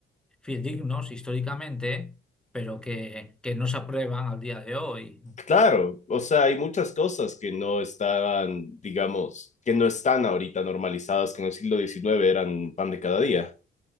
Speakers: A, in the centre; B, on the left.
A: fidedignos históricamente, pero que, que no se aprueban al día de hoy.
B: Claro, o sea, hay muchas cosas que no estaban, digamos, que no están ahorita normalizadas, que en el siglo XIX eran pan de cada día.